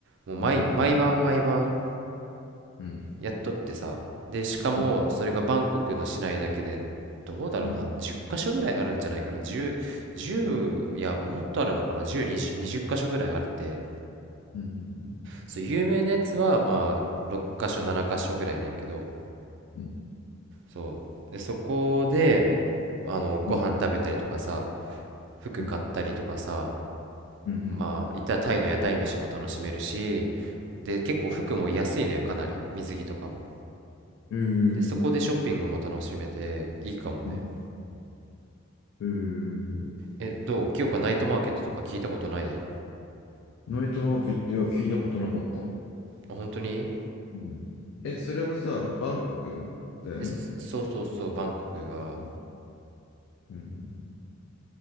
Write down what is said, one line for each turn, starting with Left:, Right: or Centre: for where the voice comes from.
Right: もう毎、
Left: うん。
Right: 毎晩毎晩
Left: うん。
Right: やっとってさでしかもそれがバンコクの市内だけでどうだろうな10箇所ぐらいあるんじゃないかな10、
Left: うん。うん。うん。
Right: じゅういやもっとあるのかな10、20、20箇所ぐらいあって
Left: うん。
Right: そう有名なやつはまあ6箇所7箇所ぐらいなんやけど
Left: うん、
Right: そうでそこであのご飯食べたりとかさ
Left: うん、
Right: 服買ったりとかさ
Left: うん、うん、
Right: まあいったらタイの屋台飯も楽しめるしで結構服も安いのよかなり水着とかも
Left: うん。え
Right: でそこでショッピングも楽しめていいかもね
Left: ーん、えーん、
Right: え、どう清香ナイトマーケットとか聞いたことない
Left: ナイトマーケット、いや、聞いたことなかった。
Right: あ、本当に
Left: うん。え、それはさ、バンコクだよね。
Right: え、そそうそうそう、バンコクが。
Left: うん。うん